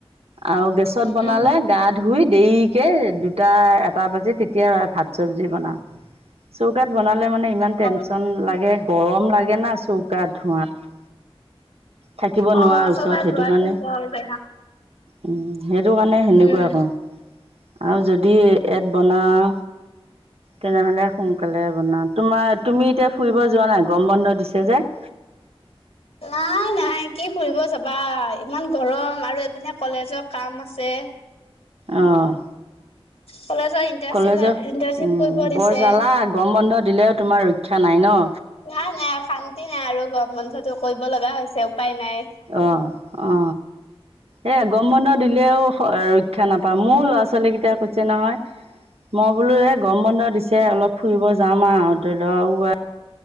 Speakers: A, on the right (about 80°); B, on the left (about 75°).
A: আৰু গেছত বনালে,
B: উম
A: গা ধুই দেৰিকে দুটা এটা বাজি তেতিয়া ভাত চবজি বনাও, চৌকাত বনালে মানে ইমান টেনচন
B: অ
A: লাগে, গৰম লাগে না চৌকাত ধোৱাত। থাকিব
B: অ',
A: নোৱাৰা ওচৰত
B: চৌকাত
A: সেইটো
B: ধোৱাটো
A: কাৰণে
B: বৰ বেয়া,
A: উ সেইটো কাৰণে সেনেকুৱা
B: উম।
A: ক আৰু যদি ইয়াত বনাও তেনেহলে সোনকালে বনাও, তোমাৰ তুমি এতিয়া ফুৰিব যোৱা নাই? গম বন্ধ দিছে যে। <inaudible>
B: নাই নাই কি ফুৰিব যাবা ইমান গৰম আৰু এইপিনে কলেজত কাম আছে।
A: অহ
B: কলেজৰ ইণ্টাৰ্ণশ্বিপ
A: কলেজৰ
B: ইণ্টাৰ্ণশ্বিপ
A: উম
B: কৰিব দিছে।
A: বৰ জালা গৰম বন্ধ দিলেও তোমাৰ ৰক্ষা নাই ন?
B: নাই নাই শান্তি নাই আৰু গৰম বন্ধটো কৰিব লগা হৈছে। উপায় নাই।
A: অ অ এই আ গম বন্ধ দিলেও <unintelligible> শিক্ষা নাপাওঁ মোৰ ল'ৰা ছোৱালী কেইটাই কৈছে নহয়। মই বোলো এ গম বন্ধ দিছে অলপ ফুৰিব যাম আৰু ধৰি লও